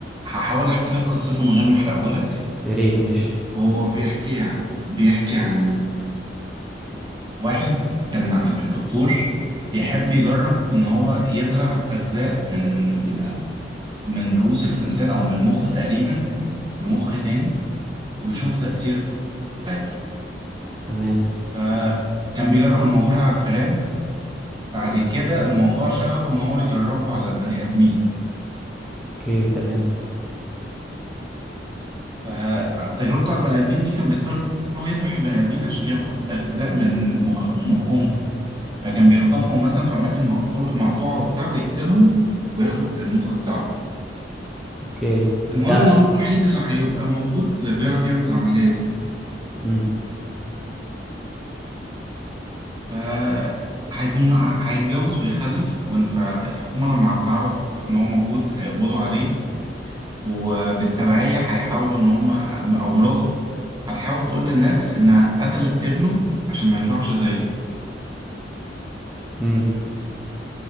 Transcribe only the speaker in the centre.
يا ريت ماشي
تمام
اوكي تمام
اوكي
ده
امم
امم